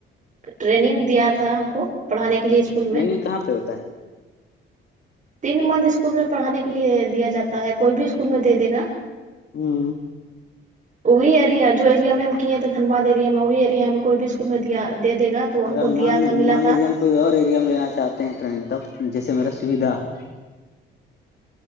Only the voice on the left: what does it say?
ٹریننگ
کہاں پہ ہوتا ہے
ہوں
اگر
مان
مان لیجیے
ہم کوئی اور ایریا میں لینا چاہتے ہیں ٹریننگ تب جیسے میرا سویدھا ہو